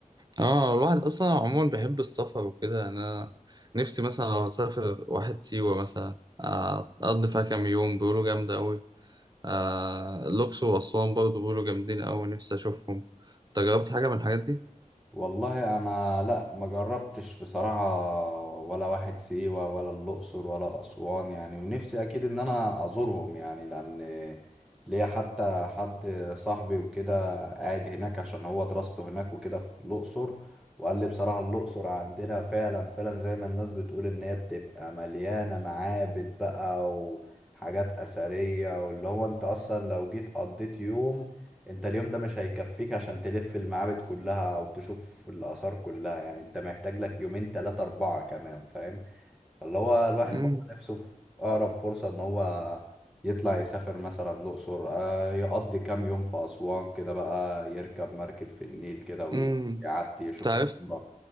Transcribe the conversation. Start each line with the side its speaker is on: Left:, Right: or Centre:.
Right: اه الواحد أصلا عموما بيحب السفر وكده يعني أنا نفسي مثلا لو أسافر واحد سيوة مثلا آه، أقضي فيها كام يوم بيقولوا جامدة أوي آه الأقصر وأسوان برضه بيقولوا جامدين أوي نفسي أشوفهم أنت جربت حاجة من الحاجات دي؟
Centre: والله انا لا ما جربتش بصراحة ولا واحد سيوة ولا الأقصر ولا أسوان يعني ونفسي اكيد ان انا ازورهم يعني لان ليا حتى حد صاحبي وكده قاعد هناك عشان هو دراسته هناك وكده في الأقصر وقال لي بصراحة الأقصر عندنا فعلا فعلا زي ما الناس بتقول ان هي بتبقى مليانة معابد بقى وحاجات أثرية واللي هو انت اصلا لو جيت قضيت يوم انت اليوم ده مش هيكفيك عشان تلف المعابد كلها او تشوف الاثار كلها يعني انت محتاج لك يومين تلاتة اربعة كمان فاهم فاللي هو الواحد
Right: مم.
Centre: برضه نفسه في اقرب فرصة ان هو يطلع يسافر مثلا الاقصر آه، يقضي كام يوم في اسوان كده بقى يركب مركب في النيل كده ويعدي
Right: مم.
Centre: يشوف
Right: تعرفت
Centre: الكرة